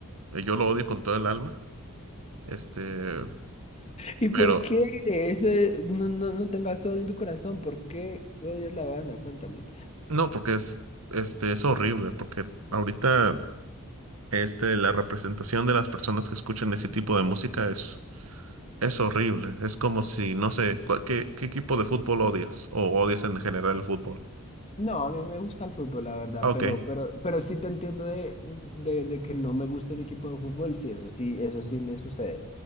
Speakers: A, on the right; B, on the left.
A: Eh, Yo lo odio con todo el alma. Este,
B: ¿Y por
A: pero
B: qué ese no, no, no tengas odio en tu corazón? ¿Por qué odias la banda? Cuéntame.
A: no, porque es, este, es horrible, porque ahorita, este, la representación de las personas que escuchan ese tipo de música es, es horrible. Es como si, no sé, cua- ¿qué, qué equipo de fútbol odias? O odias en general el fútbol.
B: No, a mí me gusta el fútbol, la verdad,
A: Ah, Ok.
B: pero, pero, pero sí te entiendo de, de, de que no me guste un equipo de fútbol, sí, eso sí, eso sí me sucede.